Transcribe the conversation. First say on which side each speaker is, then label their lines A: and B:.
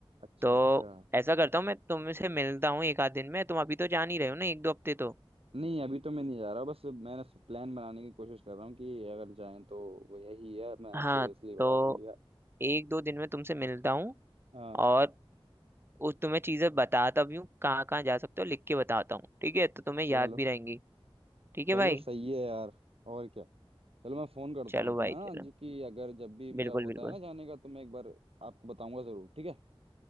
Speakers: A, on the right (about 75°); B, on the right (about 25°).
A: अच्छा
B: तो
A: अच्छा
B: ऐसा करता हूँ मैं तुमसे मिलता हूँ एक आध दिन में तुम अभी तो जान ही रहे हो ना एक दो हफ्ते तो
A: नहीं अभी तो मैं नहीं जा रहा बस मैंने प्लान बनाने की कोशिश कर रहा हूँ कि अगर जाएं तो वो यही है मैं आपसे
B: हाँ
A: इसलिए पता
B: तो
A: कर लिया
B: एक दो दिन में तुमसे मिलता हूँ
A: हाँ
B: और उस तुम्हें चीजें बताता भी हूँ कहाँ कहाँ जा सकते हो लिख के बताता हूँ ठीक है तो तुम्हें
A: चलो
B: याद भी रहेंगी ठीक है
A: चलो
B: भाई
A: सही है यार और क्या चलो मैं फ़ोन करता
B: चलो
A: हूँ तुम्हें
B: भाई
A: हाँ
B: चलो
A: जी कि अगर जब भी मेरा
B: बिल्कुल
A: होता
B: बिल्कुल
A: है ना जाने का तो मैं एक बार आपको बताऊंगा ज़रूर ठीक है